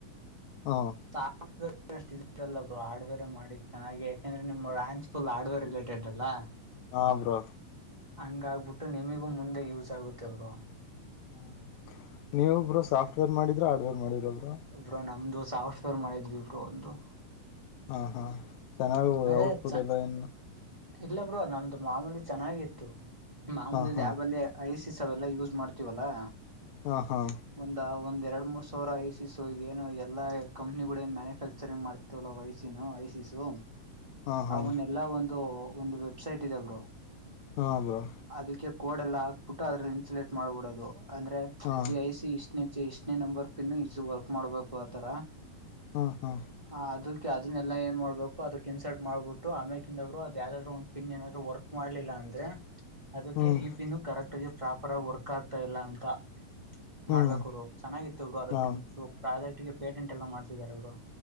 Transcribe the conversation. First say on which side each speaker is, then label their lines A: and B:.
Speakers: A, on the left; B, on the right.
A: ಹ
B: ಸಾಫ್ಟ್ವೇರ್ಷ್ಟ <unintelligible> ಲ್ಲರು ಹಾರ್ಡ್ವೇರ್ ಮಾಡಿ ಚೆನ್ನಾಗಿ ದೆಯಾಕೆಂದ್ರೆ ನಿಮ್ಮ ಬ್ರಾಂಚ್ ುಲ್ ಆಡವೇರರಿಲೇಟೆಡ್ ಅಲ್ವಾ -
A: ಹಾ, ಬ್ರೋ
B: ಹಂಗ ಆಗ್ಬಿಟ್ಟು ನಿಮಗೂ ಮುಂದೆ ಯೂಸ್ ಆಗುತ್ತೆ ಬ್ರೋ.
A: ಹ್ಮ್ ಹ್ಮ್ ನೀವಬ್ರು ಸಾಫ್ಟ್ವೇರ್ ಮಾಡಿದ್ರ ಹಾರ್ಡ್ವೇರ್ ಮಾಡಿದವರ
B: ಬ್ರೋ ನಮ್ದು ಸಾಫ್ಟ್ವೇರ್ ಮಾಡಿದ್ವಿ ಇಬ್ರು ಒಂದು
A: ಹಾ ಹಾ ಚೆನ್ನಾಗ
B: ಅದೇ
A: ಔಟ್ಪುಟ್
B: ಚ
A: ಅದೆ ಎನ್ನ
B: ಇಲ್ಲ ಬ್ರೋ ನಮ್ದು ಮಾಮೂಲಿ ಚೆನ್ನಾಗಿತ್ತು <inaudible> ನಮ್ದ್
A: ಹಾ ಹಾ
B: ಲ್ಯಾಬ ಅಲ್ಲಿ ಐಸಿಸ್ ಅವೆಲ್ಲಾ ಯೂಸ್ ಮಾಡ್ತೀವಲ್ಲಾ.
A: ಹಾ ಹಾ
B: ಒಂದ್ ಒಂದ ಎರಡ್ ಮೂರ್ ಸಾವಿರ ಐ ಸಿ ಸ ಏನೋ ಎಲ್ಲ ಕಂಪ್ನಿಗಳು ಏನ್ ಮ್ಯಾನುಫ್ಯಾಕ್ಚರಿಂಗ್ ಮಾಡ್ತಾ <unintelligible> ಐಸಿನ ಐಸ್ ಇತ್ತ್ ಸೂ
A: ಹಾ ಹಾ ಹಾ
B: ಅವನ್ ಎಲ್ಲಾ ಒಂದು ಒಂದು ವೆಬ್ಸೈಟ್ ಇದ ಬ್ರೋ
A: ಹಾ ಬ್ರೋ
B: ಅದಕ್ಕೆ ಕೋಡೆ ಎಲ್ಲ ಹಾಕ್ಬಿಟ್ಟು ಅದ್ರಲ್ಲಿ ಇನ್ಸುಲೇಟ್ ಮಾಡ್ಬಿಡದು ಅಂದ್ರೆ
A: ಹಾ
B: ಈ ಐ ಸಿ ಇಷ್ಟ ಇಷ್ಟನೇ ನಂಬರ್ ಪಿನ್ನು ಈಸು ವರ್ಕ್ ಮಾಡ್ಬೇಕು ಆತರ
A: ಹ ಹಾ
B: ಆ ಅದಕ್ಕೆ ಅದನ್ನಲ್ಲಾ ಏನ್ ಮಾಡ್ಬೇಕು ಅದಕ್ ಇನ್ಸರ್ಟ್ ಮಾಡ್ಬಿಟ್ಟು ಆಮ್ಯ ಅವರು ಅದ ಯಾವಾದ್ರು ಒಂದು ಪಿನ್ ಏನಾದರು ವರ್ಕ್ ಮಾಡ್ಲಿಲ್ಲ ಅಂದ್ರೆ ಅದಕ್ಕೆ
A: ಹ್ಮ್
B: ಈ ಪಿನ್ ಕರೆಕ್ಟ್ ಆಗಿ ಪ್ರಾಪರ್ ಆಗಿ ವರ್ಕ್ ಆಗ್ತಾ ಇಲ್ಲ ಅಂತ <inaudible>
A: ಹ್ಮ್
B: ಮಾಡ್ಬೇಕ ಅವರು ಚೆನ್ನಾಗಿತ್ತ ಬ್ರೋ ಅದಕ್
A: ಹ
B: ನಮ್ದ ಪಾದಿಟಿಗೆ ಪೇಟೆಂಟ್ ಎಲ್ಲ ಮಾಡಸಿದಿದ್ದಾರೆ ಅವರು